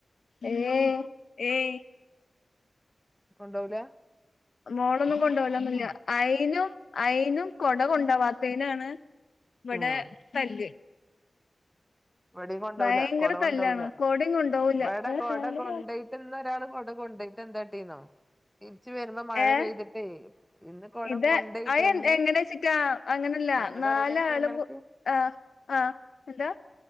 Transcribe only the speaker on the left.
ഏഹ് ഏയ്
മോളൊന്നും കൊണ്ടോവലൊന്നുല്ല അയ്നും അയ്നും കൊട കൊണ്ടോവാത്തേ നാൺ ഇവടെ
തല്ല്
ബയങ്കര
തല്ലാണ്
കൊടിം കൊണ്ടോവൂല
<unintelligible>
ഏ
ഇത്
അത് എങ്ങനെച്ചിട്ടാ അങ്ങനല്ല
നാലാള്
ആഹ് ആഹ് എന്താ